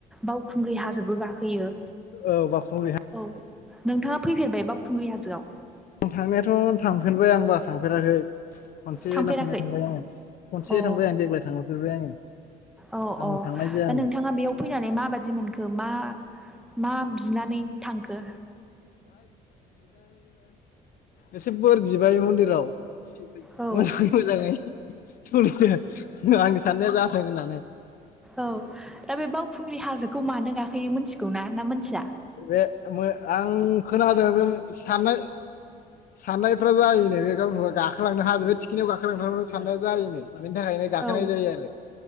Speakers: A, in the centre; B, on the left.
A: बावखुंग्रि हाजोबो गाखोयो।
B: औ बावखुंग्रि हा
A: औ नोंथाङा फैफेरबाय बावखुंग्रि हाजोआव?
B: थांनायाथ' <unintelligible> खनसे
A: थांफेराखै
B: ना खननै थांबाय आङो खनसे
A: अ
B: थांबाय आं देग्लाय थांरफेरबाय आङो।
A: औ औ
B: आं थांनाय जायामोन
A: दा नोंथाङा बेयाव फैनानै माबादि मोनखो मा?
B: <unintelligible> <unintelligible>
A: मा बिनानै थांखो?
B: एसे बोर बिबाय मन्दिराव
A: औ
B: मोजां मोजाङै <unintelligible> आंनि साननाया जाथों होननानै।
A: औ दा बे बावखुंग्रि हाजोखौ मानो गाखोयो मोनथिगौना ना मोनथिया?
B: बे मो आं खोनादों बे साननाय साननायफ्रा जायोनो बे गावनि गाखोलांनो हाजोबबा थि खिनियाव गाखोलांथारबा साननाया जायोनो बेनि थाखायनो गाखोनाय
A: औ
B: जायो आरो